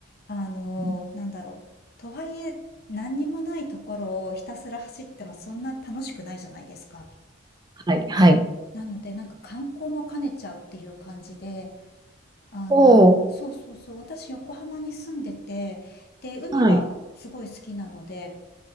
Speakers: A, on the left (about 50°); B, on the right (about 20°).
A: あの、
B: <laughs>
A: なんだろう。とはいえ、何にもないところをひたすら走ってもそんな楽しくないじゃないですか。
B: はい、はい。
A: なので、なんか観光も兼ねちゃうっていう感じで、あの、
B: おお
A: そうそうそう、私横浜に住んでて、で、海がすごい好きなので、
B: はい。